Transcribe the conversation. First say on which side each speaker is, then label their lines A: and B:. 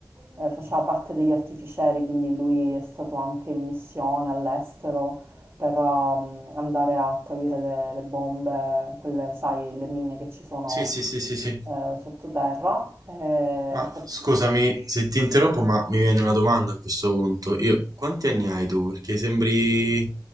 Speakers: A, on the right; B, on the right.
A: eh, faceva
B: Mhm.
A: parte degli artificieri, quindi lui è stato anche in missione all'estero per ehm, andare a togliere le, le bombe, quelle, sai, le mine che ci sono
B: Sì, sì, sì, sì, sì.
A: eh, sottoterra. eh,
B: Ma
A: ha fatto-
B: scusami se ti interrompo, ma mi viene una domanda a questo punto. Io, quanti anni hai tu? Perché sembri,